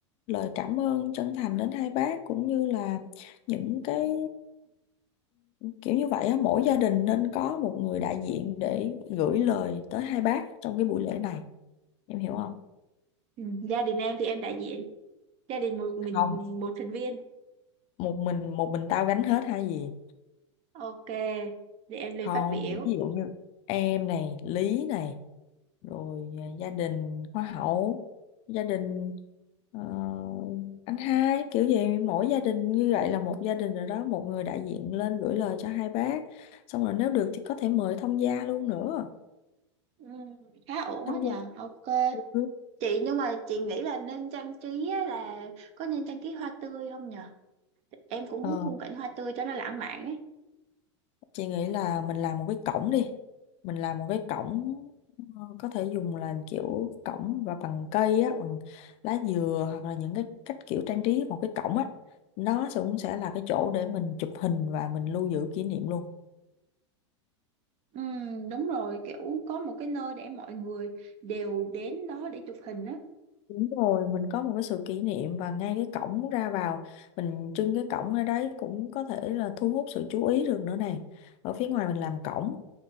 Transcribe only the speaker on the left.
lời cảm ơn chân thành đến hai bác cũng như là những cái kiểu như vậy á, mỗi gia đình nên có một người đại diện để gửi lời tới hai bác trong cái buổi lễ này em hiểu không
không
một mình một mình tao gánh hết hay gì
không
ví dụ như em này Lý này rồi à, gia đình Hoa hậu gia đình ờ, anh hai kiểu gì mỗi gia đình như vậy
là một gia đình rồi đó một người đại diện lên gửi lời cho hai bác xong rồi nếu được thì có thể mời thông gia luôn nữa
thông
gia
Ừ.
Ờ,
chị nghĩ là mình làm một cái cổng đi mình làm một cái cổng ờ, có thể dùng là kiểu cổng và bằng cây á bằng lá dừa hoặc là những cái cách kiểu trang trí một cái cổng á nó sẽ- cũng sẽ là cái chỗ để mình chụp hình và mình lưu giữ kỷ niệm luôn
đúng rồi mình có một cái sự kỷ niệm và ngay cái cổng ra vào mình trưng cái cổng ở đấy cũng có thể là thu hút sự chú ý được nữa này ở phía ngoài mình làm cổng